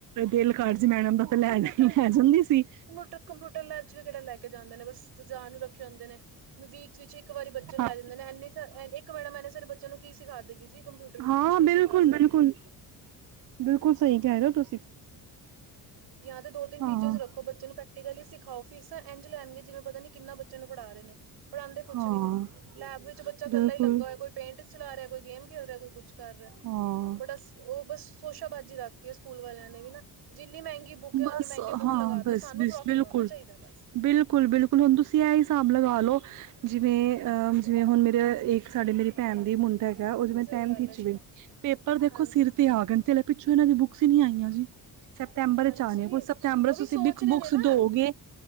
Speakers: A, on the right; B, on the right.
A: ਦਿਲ ਕਰ ਜ਼ੇ ਮੈਡਮ ਦਾ ਤਾਂ ਲੈ,
B: ਕੰਪਿਊਟਰ
A: ਲੈ ਜਾਂਦੀ। ਸੀ
B: ਕੰਪਿਊਟਰ, ਕੰਪਿਊਟਰ ਲੈਬ 'ਚ' ਵੀ ਕਿਹੜਾ ਲੈ ਕੇ ਜਾਂਦੇ ਨੇ ਬੱਸ ਸੁਜਾਨ ਨੂੰ ਰੱਖੇ ਹੁੰਦੇ ਨੇ। ਵੀਕਸ ਵਿੱਚ ਇੱਕ ਵਾਰੀ ਬੱਚੇ ਨੂੰ
A: ਹਾਂ
B: ਲੈ ਜਾਂਦੇ ਨੇ ਇੰਨੀ 'ਚ' ਇੱਕ ਮੈਡਮ ਐਨੇ ਸਾਰੇ ਬੱਚਿਆ ਨੂੰ ਕੀ ਸਿਖਾ ਦੇਗੀ ਜੀ ਕੰਪਿਊਟਰ ਵਿੱਚ।
A: ਹਾਂ
B: ਕੁਛ ਨੀ
A: ਬਿਲਕੁਲ
B: ਸਿਖਾ ਸਕਦੀ।
A: ਬਿਲਕੁਲ ਬਿਲਕੁਲ ਸਹੀ ਕਹਿ ਰਹੇ ਹੋ ਤੁਸੀਂ।
B: ਜਾਂ ਤੇ ਦੋ-ਤਿੰਨ
A: ਹਾਂ
B: ਟੀਚਰਜ ਰੱਖੋ ਬੱਚੇ ਨੂੰ ਪ੍ਰੈਕਟੀਕਲੀ ਸਿਖਾਉ ਫੀਸਾਂ ਇੰਝ ਲੈਣਗੇ ਜਿਵੇਂ ਪਤਾ ਕਿੰਨਾ ਬੱ ਬੱਚੇ ਨੂੰ ਪੜ੍ਹਾ ਰਹੇ ਨੇ, ਪੜ੍ਹਾਉਂਦੇ ਕੁਛ
A: ਹਾਂ
B: ਵੀ ਨੀ। ਲੈਬ ਵਿੱਚ ਬੱਚਾ ਇਕੱਲਾ
A: ਬਿਲਕੁਲ
B: ਹੀ ਲੱਗਾ ਹੋਇਆ ਕੋਈ ਪੇਂਟ ਚਲਾ ਰਿਹਾ, ਕੋਈ ਗੇਮ ਖੇਲ ਰਿਹਾ, ਕੋਈ ਕੁਛ ਕਰ ਰਿਹਾ।
A: ਹਾਂ
B: ਬੜਾ ਉਹ ਬੱਸ ਸੋਸ਼ਾਬਾਜ਼ੀ ਰੱਖਦੀ ਆ ਸਕੂਲ ਵਾਲਿਆਂ ਨੇ ਵੀ ਨਾ ਜਿੰਨੀ ਮਹਿੰਗੀ ਬੁੱਕ ਹੈ
A: ਬੱਸ
B: ਓਨੀ ਮਹਿੰਗੀ ਬੁੱਕ
A: ਹਾਂ,
B: ਲਗਾ ਦੋ
A: ਬੱਸ
B: ਸਾਨੂੰ
A: ਬਿਸ
B: ਪ੍ਰੋਫਿਟ
A: ਬਿਲਕੁਲ।
B: ਹੋਣਾ ਚਾਹੀਦਾ ਬਸ।
A: ਬਿਲਕੁਲ-ਬਿਲਕੁਲ ਹੁਣ ਤੁਸੀਂ ਇਹ ਹਿਸਾਬ ਲਗਾ ਲਉ। ਜਿਵੇਂ ਅਹ ਜਿਵੇਂ ਹੁਣ ਮੇਰੇ ਇੱਕ ਸਾਡੇ ਮੇਰੀ ਭੈਣ ਦੀ ਮੁੰਡਾ ਐ। ਉਹ ਜਿਵੇ
B: ਸਹੀ
A: ਟੈੰਥ
B: ਗੱਲ
A: ਵਿੱਚ
B: ਹੈ ਜੀ
A: ਏ, ਪੇਪਰ
B: ਹਾਂਜੀ।
A: ਦੇਖੋ ਸਿਰ ਤੇ ਆ ਗੇ ਤੇ ਪਿੱਛੋਂ ਇਹਨਾਂ ਦੀ ਬੁੱਕਸ ਹੀ ਨੀ ਆਈਆਂ ਜੀ। ਸੈਪਤੰਬਰ
B: ਹਾਂਜੀ,
A: 'ਚ' ਆਣੇ ਸਤੰਬਰ
B: ਉਹ
A: ਤੁਸੀਂ
B: ਵੀ ਸੋਚ
A: <unintelligible>
B: ਰਹੇ
A: ਬੁੱਕ
B: ਨੇ ਨਾ
A: ਦਿਉਗੇ,